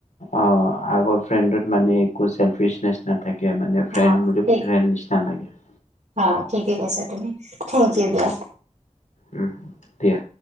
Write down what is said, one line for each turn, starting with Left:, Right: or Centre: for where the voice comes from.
Left: অ', আগৰ ফ্ৰেণ্ডত মানে একো চেলফিচনেছ নাথাকে, মানে ফ্ৰেণ্ড
Right: অ
Left: বোৰো
Right: ঠিক
Left: ফ্ৰেণ্ড নিচ <unintelligible>
Right: অ', ঠিকে কৈছা তুমি, থেংক ইউ দিয়া।
Left: উম দিয়া।